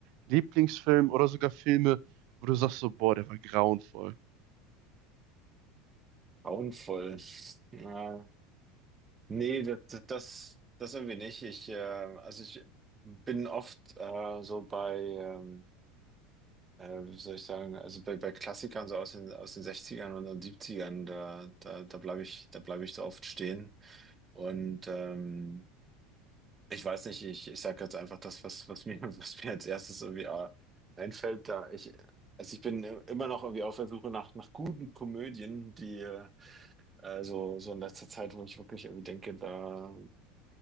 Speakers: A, on the right; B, on the right.
A: Lieblingsfilm oder sogar Filme, wo du sagst so, boah, der war grauenvoll.
B: Grauenvoll. <laughs> Nee, das, das, das irgendwie nicht. Ich, äh, also ich bin oft äh, so bei, ähm, äh, wie soll ich sagen, also bei, bei Klassikern so aus den, aus den Sechzigern und den Siebzigern. da, da, da bleibe ich, da bleibe ich so oft stehen. Und ähm, ich weiß nicht, ich, ich sage jetzt einfach das, was, was mir, <laughs> was mir als erstes irgendwie äh, einfällt, da ich, also ich bin immer noch irgendwie auf der Suche nach, nach guten Komödien, die äh, äh, so, so in letzter Zeit, wo ich wirklich irgendwie denke, da.